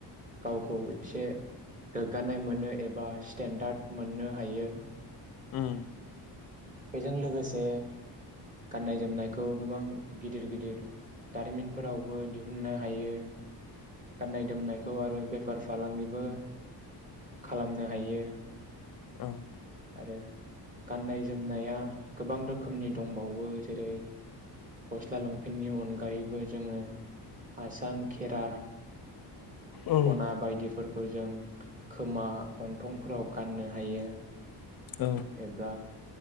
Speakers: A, on the right; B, on the left.
A: गावखौ एसे गोग्गानाय मोनो एबा स्टेन्डार्ड मोननो हायो
B: उम
A: बेजों लोगो से गाननाय जोमनायखौ गोबां गिदिर गिदिर दारिमिनफोरावबो दिहुननो हायो गाननाय जोमनायखौ आरो बेफार फालांगिबो खालामनो हायो
B: औ
A: आरो गाननाय जोमनाया गोबां रोखोमनि दंबावो जेरै गस्ला लंपेन्टनि अनगायैबो जोङो आसान खेरा
B: औ
A: सना बायदिफोर फोर जों खोमा गन्थंफोराव गाननो हायो
B: औ
A: एबा